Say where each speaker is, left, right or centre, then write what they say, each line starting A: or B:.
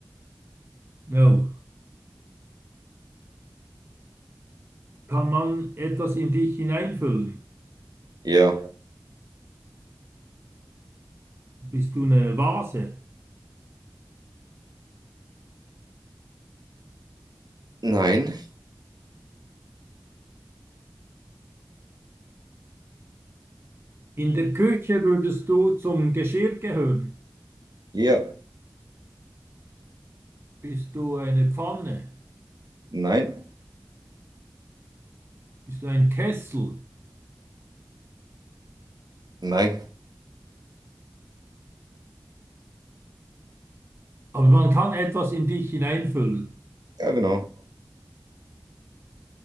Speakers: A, on the right; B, on the right.
A: No. Kann man etwas in dich hineinfüllen?
B: Ja.
A: Bist du eine Vase?
B: Nein.
A: In der Küche würdest du zum Geschirr gehören.
B: Ja.
A: Bist du eine Pfanne?
B: Nein.
A: Bist du ein Kessel?
B: Nein.
A: Aber man kann etwas in dich hineinfüllen.
B: Ja, genau.